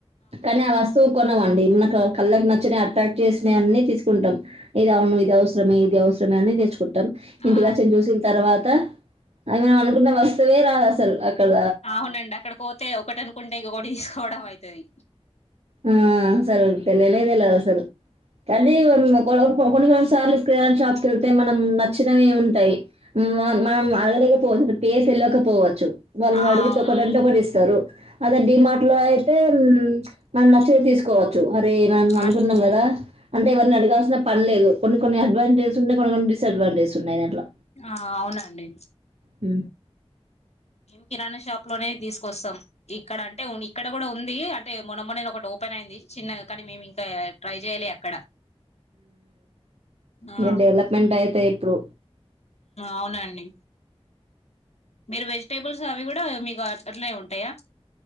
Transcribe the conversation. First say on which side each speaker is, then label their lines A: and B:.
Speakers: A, on the right; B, on the left.
A: కానీ ఆ వస్తువు కొన్ కొనమండి మనకు కళ్ళకి నచ్చ అట్రాక్ట్ చేసిన అన్నిీ తీసుకుంటాం ఇది అవును ఇది అవసరమే ఇది అవసరం అని నేేచుం టం ఇంటికి
B: ఆ
A: వచ్చని చూసిన తర్వాత అనవు మనం అనుకున్న వస్తువే రాదు అసలు అక్కడ
B: అవునండి అక్కడ పోతే ఒకటి అనుకుంటే ఇంకకటి తీసుకోవడం అవుతది
A: ఆ అసలు తెలనేదలలు అసలు కానీ అదే కొన్ని కొన్ని సార్లు స్క్రీన్ అడ్ షాప్స్కి వెళ్తే మనం నచ్చినవిే ఉంటాయి మనం అడగలేకపోవచ్చు పే వెళ్ళకపోవచ్చు వాళ్ళని
B: ఆ
A: అడిగితే
B: అవునవును
A: ఒకటంట పడిస్తారు అద డిమాార్ అట్లో అయితే మన నచ్చితే తీసుకోవచ్చు మరి మనం అనుకుంటాన్నాం
B: అన్
A: కదా అంటే ఎవరిని అడగాల్సిన పలే లేదు కొన్ని కొన్ని అడ్వాంటేజ్స్ ఉన్నాయి కొన్ని కొన్ని డిస్ అడ్వాంటేజ్స్న్నాయి దట్లో
B: ఆ అవునండి
A: అ
B: మేం కిరాణా షాప్ లోనే తీసుకొస్తాం ఇక్కడ అంటే ఇక్కడ కూడా ఉంది అంటే మొన్నమొన్న ఒకటి ఓపెన్ అయింది చిన్నగా కానీ మేము ఇంకా ట్రై చేయ్యాలి అక్కడ ఆ
A: ఇకా డెవలప్మెంట్ అయితాయి ఇప్పుడు
B: అవునండి మీరు వెజిటేబుల్స్ అవి కూడా మీకు అట్నే ఉంటాయా